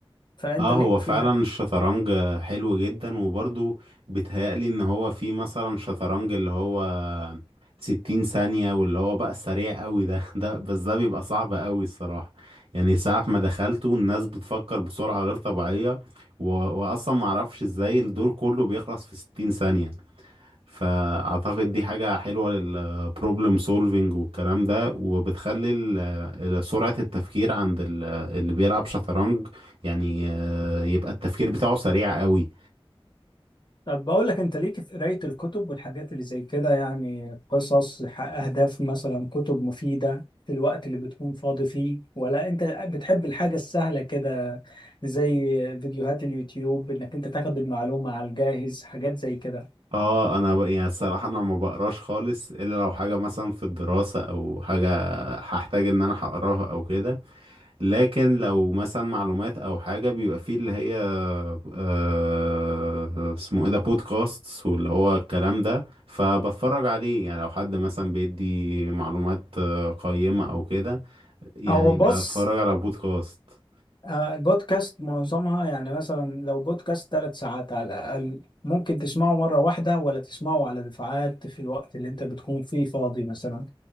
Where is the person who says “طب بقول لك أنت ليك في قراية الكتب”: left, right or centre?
Left